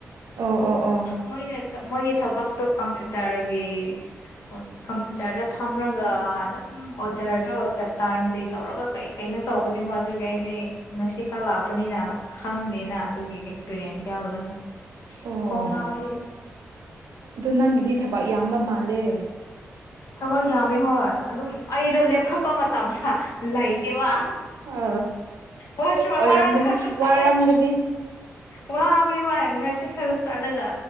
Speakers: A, on the right; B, on the left.
A: ꯑꯣ ꯑꯣ ꯑꯣ
B: ꯃꯣꯏꯅ ꯊ ꯃꯣꯏꯒꯤ ꯊꯕꯛꯇꯣ ꯀꯝꯄ꯭ꯌꯨꯇꯔꯒꯤ ꯍꯣꯏ ꯀꯝꯄ꯭ꯌꯨꯇꯔꯗ ꯐꯝꯔꯒ ꯑꯗꯨꯝ ꯎꯝ ꯑꯣꯗꯔꯗꯣ ꯗꯇꯥ ꯑꯦꯟꯇ꯭ꯔꯤ ꯇꯧꯔꯒ ꯀꯩꯀꯩꯅꯣ ꯇꯧꯕꯅꯦꯕ ꯑꯗꯨꯒꯤ ꯑꯩꯗꯤ ꯉꯁꯤ ꯈꯛ ꯂꯥꯛꯄꯅꯤꯅ ꯈꯪꯗꯦꯅ ꯑꯗꯨꯒꯤ ꯑꯦꯛꯁꯄꯤꯔꯤꯌꯦꯟꯁ ꯌꯥꯎꯗꯕꯅꯤꯅ ꯑꯁ
A: ꯑꯣ
B: ꯀꯣꯛ ꯉꯥꯎꯋꯤꯍꯦ
A: ꯑꯗꯣ ꯅꯪꯒꯤꯗꯤ ꯊꯕꯛ ꯌꯥꯝꯕ ꯃꯥꯜꯂꯦ
B: ꯊꯕꯛ ꯌꯥꯝꯃꯤ ꯍꯣꯏ ꯑꯗꯨꯝ ꯑꯩꯗꯣ ꯂꯦꯞꯈꯠꯄ ꯃꯠ ꯇꯝ ꯁ ꯂꯩꯇꯦꯕ
A: ꯑ
B: ꯋꯥꯁꯔꯨꯨꯝ
A: ꯑꯣꯏꯔꯝꯒꯅꯤ
B: ꯑꯃꯔꯛ ꯈꯛꯇ ꯆꯠꯔꯦ
A: ꯋꯥꯔꯝꯒꯅꯤ
B: ꯋꯥꯕꯗꯤ ꯋꯥꯏ ꯉꯁꯤ ꯈꯛꯇ ꯆꯠꯂꯒ